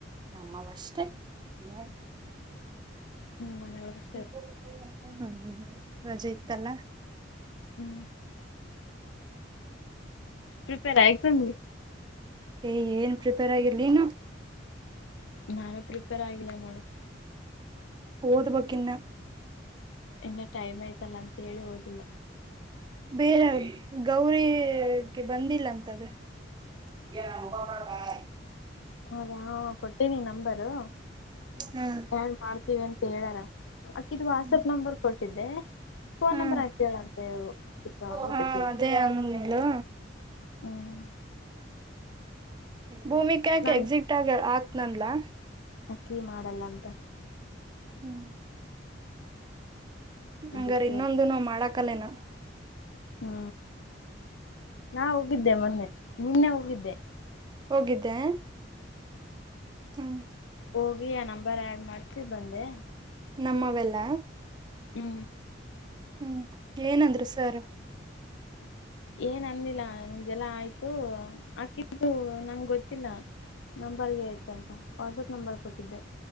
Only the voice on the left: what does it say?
ಹು ಮನೆವಳಗ.
ಹು ಪ್ರಿಪೇರಾ ಎಕ್ಸಾಮ.
<unintelligible> ಪ್ರಿಪೇರ್ ಆಗಿಲ್ಲ ಮೇಡಮ್.
ಇನ್ನ ಟೈಮ್ ಅಯ್ತಲ್ಲ ಅಂತ ಹೇಳಿ ಓದಿಲ್ಲ.
ಹೌದಾ ಕೊಟ್ಟೀನಿ ನಂಬರು
ಆಡ್ ಮಾಡ್ತೀವಿ ಅಂತ ಹೇಳಾರ. ಆಕಿದ್ ವಾಟ್ಸಪ್
ನಂಬರ್ ಕೊಟ್ಟಿದ್ದೆ. ಫೋನ್
ನಂಬರ್ <unintelligible>
ಹ್ಮ
ನಾ
ಆಕಿ ಮಾಡಲ್ಲ ಅಂತ.
ಅದಕ್ಕೆ
ಹ್ಮ ನಾ ಹೋಗಿದ್ದೆ ಮೊನ್ನೆ ನಿನ್ನೆ ಹೋಗಿದ್ದೆ.
ಹೋಗಿ ಆ ನಂಬರ್ ಆಡ್ ಮಾಡ್ಸಿ ಬಂದೆ.
ಹ್ಮ
ಏನ್ ಅಂದಿಲ್ಲ ನಿಮ್ದೆಲ್ಲ ಆಯ್ತು ಆಕಿದು ನಂಗ್ ಗೊತ್ತಿಲ್ಲ ನಂಬರ್ ಏಟ್ ಅಂತ? ವಾಟ್ಸಪ್ ನಂಬರ್ ಕೊಟ್ಟಿದ್ದೆ.